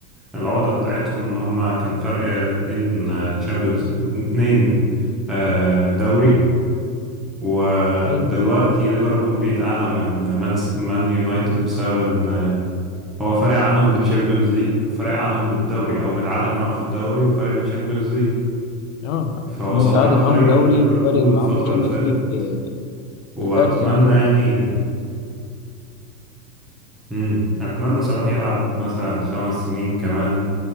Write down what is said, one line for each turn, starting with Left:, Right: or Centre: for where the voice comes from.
Centre: العودة بتاعتهم ان هم كان فرق آه، اتنين تشامبيونز اتنين آه، دوري ودلوقتي
Left: ايوه
Centre: ليفربول بقت اعلى من مان س- مان يونايتد بسبب ان آه، هو فارق عنهم بالتشامبيونز ليج وفارق عنهم بالدوري او متعادل معاهم في الدوري وفارق بالتشامبيونز ليج
Left: اه
Centre: فهو
Left: متعادل
Centre: صلاح غير
Left: معاهم دوري
Centre: ليفربول
Left: وفارق معاهم
Centre: الفترة
Left: الشامبيونز
Centre: اللي فاتت
Left: ليج ب-
Centre: واتمنى
Left: بفرق يعني
Centre: يعني امم اتمنى صلاح يلعب مثلا خمس سنين كمان